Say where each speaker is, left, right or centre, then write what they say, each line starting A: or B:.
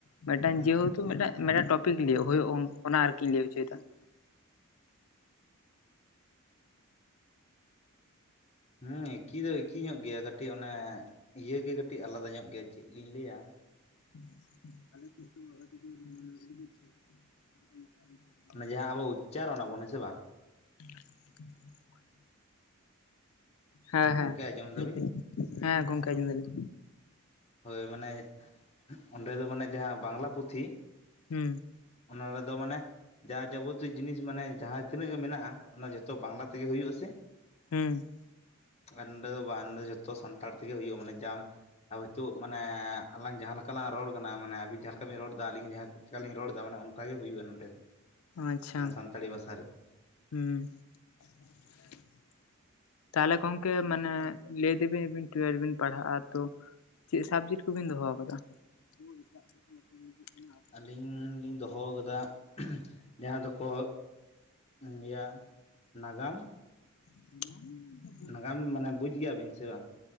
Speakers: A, on the left (about 75°); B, on the left (about 30°).
A: ᱢᱤᱫᱴᱟᱝ
B: ᱦᱮᱸ
A: ᱡᱮᱦᱮᱛᱩ ᱢᱤᱫᱴᱟᱝ ᱢᱤᱫᱴᱟᱝ ᱴᱚᱯᱤᱠ ᱞᱤᱭᱟᱹ ᱦᱩᱭᱩᱜ ᱚᱱᱟ ᱟᱨᱠᱤᱧ ᱞᱟᱹᱭ ᱦᱚᱪᱚᱭᱫᱟ᱾ <inaudible>
B: ᱦᱮᱸ ᱮᱠᱤ ᱫᱚ ᱮᱠᱤ ᱧᱚᱜ ᱜᱮᱭᱟ ᱠᱟᱹᱴᱤᱡ ᱚᱱᱮ ᱤᱭᱟᱹ ᱜᱮ ᱠᱟᱹᱴᱤᱡ ᱟᱞᱟᱫᱟ ᱧᱚᱜ ᱜᱮᱭᱟ ᱪᱮᱜ ᱞᱤᱧ ᱞᱟᱹᱭᱟ
A: <inaudible>
B: ᱱᱮ ᱡᱟᱦᱟᱸ ᱟᱵᱚ ᱪᱟᱨᱚᱱ ᱟᱵᱚᱱ ᱦᱮᱸ ᱥᱮ ᱵᱟᱝ᱾
A: <inaudible> ᱦᱮᱸ
B: ᱜᱚᱝᱠᱮ
A: ᱦᱮᱸ,
B: ᱟᱸᱡᱚᱢ ᱫᱟᱵᱤᱱ
A: ᱦᱮᱸ ᱜᱚᱝᱠᱮ ᱟᱸᱡᱚᱢ ᱫᱟᱞᱤᱧ᱾
B: ᱦᱳᱭ ᱢᱟᱱᱮ, ᱚᱸᱰᱮ ᱫᱚ ᱢᱟᱱᱮ ᱡᱟᱦᱟᱸ ᱵᱟᱝᱞᱟ ᱯᱩᱛᱷᱤ
A: ᱦᱩᱸ᱾
B: ᱚᱱᱟ ᱨᱮᱫᱚ ᱢᱟᱱᱮ ᱡᱟ ᱡᱟᱵᱚᱛᱤ ᱡᱤᱱᱤᱥ ᱢᱟᱱᱮ ᱡᱟᱦᱟᱸ ᱛᱤᱱᱟᱹᱜ ᱜᱮ ᱢᱮᱱᱟᱜ-ᱟ ᱚᱱᱟ ᱡᱷᱚᱛᱚ ᱵᱟᱝᱞᱟ ᱛᱮᱜᱮ ᱦᱩᱭᱩᱜ-ᱟ ᱥᱮ?
A: ᱦᱩᱸ᱾
B: ᱟᱨ ᱱᱚᱸᱰᱮ ᱫᱚ ᱵᱟ, ᱱᱚᱸᱰᱮ ᱫᱚ ᱡᱷᱚᱛᱚ ᱥᱟᱱᱛᱟᱲ ᱛᱮᱜᱮ ᱦᱩᱭᱩᱜ-ᱟ ᱢᱟᱱᱮ ᱡᱟᱢ ᱱᱤᱛᱳᱜ ᱢᱟᱱᱮ ᱟᱞᱟᱝ ᱡᱟᱦᱟᱸ ᱞᱮᱠᱟᱞᱟᱝ ᱨᱚᱲ ᱠᱟᱱᱟ, ᱢᱟᱱᱮ ᱟᱵᱤᱱ ᱡᱟᱦᱟᱸ ᱞᱮᱠᱟᱵᱤᱱ ᱨᱚᱲᱮᱫᱟ ᱟᱹᱞᱤᱧ ᱦᱚᱸ ᱡᱟᱦᱟᱸ ᱪᱮᱠᱟᱞᱤᱧ ᱨᱚᱲᱫᱟ ᱢᱟᱱᱮ ᱩ ᱚᱝᱠᱟᱜᱮ ᱦᱩᱭᱩᱜ-ᱟ ᱱᱚᱸᱰᱮ ᱫᱚ,
A: ᱟᱪᱪᱷᱟ
B: ᱚᱱᱟ ᱥᱟᱱᱛᱟᱲᱤ ᱵᱷᱟᱥᱟ ᱨᱮᱫᱚ᱾
A: ᱦᱩᱸ <inaudible> ᱛᱟᱦᱞᱮ ᱜᱚᱝᱠᱮ ᱢᱟᱱᱮ ᱞᱟᱹᱭ ᱫᱤᱵᱤᱱᱵᱤᱱ ᱴᱩᱭᱮᱞᱵᱷ ᱵᱤᱱ ᱯᱟᱲᱦᱟᱜ-ᱟ ᱛᱚ ᱪᱮᱫ ᱥᱟᱵᱡᱮᱠᱴ ᱠᱚᱵᱤᱱ ᱫᱚᱦᱚ ᱟᱠᱟᱫᱟ? ᱟᱵᱚ ᱮᱴᱟᱜ ᱦᱚᱲ ᱵᱟᱠᱚ ᱦᱤᱡᱩᱜ ᱠᱟᱱᱟ᱾
B: ᱟᱹᱞᱤᱧ ᱞᱤᱧ ᱫᱚᱦᱚ ᱟᱠᱟᱫᱟ ᱡᱟᱦᱟᱸ ᱫᱚᱠᱚ ᱞᱟᱹᱭᱟ ᱱᱟᱜᱟᱢ
A: ᱦᱩᱸᱻ
B: ᱱᱟᱜᱟᱢ ᱢᱟᱱᱮ ᱵᱩᱡᱽ ᱜᱮᱭᱟᱵᱤᱱ ᱥᱮ ᱵᱟᱝ?